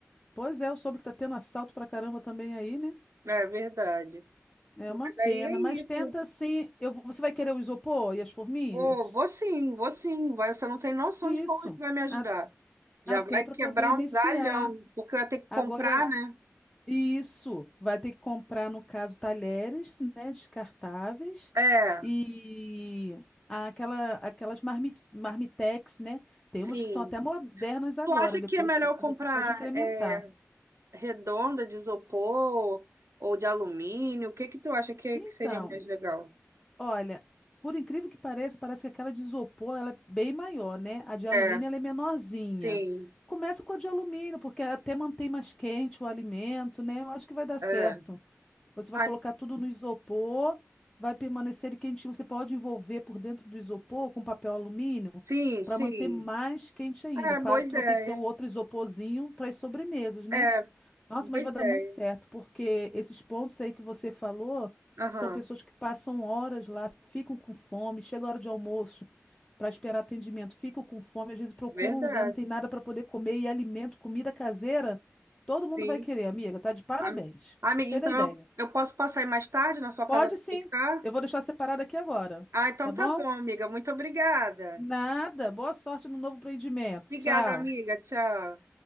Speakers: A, on the left (about 15°); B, on the right (about 70°).
A: Pois é, eu soube que tá tendo assalto pra caramba também aí, né?
B: É verdade.
A: É
B: Mas
A: uma
B: aí
A: pena,
B: é
A: mas
B: isso.
A: tenta sim. Eu, vou- você vai querer o isopor e as forminhas?
B: Vou, vou sim, vou sim. Vai, você não tem noção
A: Isso,
B: de como é que vai me ajudar.
A: a-
B: Já
A: até
B: vai
A: para
B: quebrar
A: poder iniciar.
B: um galhão, porque eu ia ter que comprar,
A: Agora,
B: né?
A: isso, vai ter que comprar, no caso, talheres, né, descartáveis
B: É,
A: e aquela, aquelas marmi, marmitex, né? Tem
B: sim.
A: umas que são até modernas agora,
B: Tu acha
A: depois
B: que é melhor
A: vo-
B: comprar
A: você pode incrementar.
B: é, redonda de isopor ou de alumínio? O que que tu acha que, é
A: Então,
B: que seria mais legal?
A: Olha, por incrível que pareça, parece que aquela de isopor ela é bem maior, né? A de alumínio
B: É,
A: ela é menorzinha.
B: sim,
A: Começa com a de alumínio, porque até mantém mais quente o alimento, né? Eu acho que vai dar certo.
B: é.
A: Você vai
B: Ah,
A: colocar tudo no isopor, vai permanecer ele quentinho. Você pode envolver por dentro do isopor com papel alumínio
B: sim,
A: para
B: sim.
A: manter mais quente ainda.
B: É,
A: Claro
B: boa ideia.
A: que tu vai ter que ter um outro isoporzinho para as sobremesas, né?
B: É,
A: Nossa,
B: boa
A: mas vai
B: ideia.
A: dar muito certo, porque esses pontos aí que você falou
B: Aham,
A: são pessoas que passam horas lá, ficam com fome, chega a hora de almoço para esperar atendimento, ficam com fome, às vezes procuram
B: verdade.
A: um lugar, não tem nada para poder comer e alimento, comida caseira, todo mundo
B: Sim.
A: vai querer, amiga, tá de parabéns.
B: Am- Amiga,
A: Gostei
B: então
A: da ideia.
B: eu, eu posso passar aí mais tarde na sua casa
A: Pode
B: para
A: sim.
B: ficar?
A: Eu vou deixar separado aqui agora,
B: Ah, então
A: tá
B: tá
A: bom?
B: bom, amiga. Muito obrigada.
A: Nada. Boa sorte no novo empreendimento.
B: Obrigada,
A: Tchau.
B: amiga. Tchau.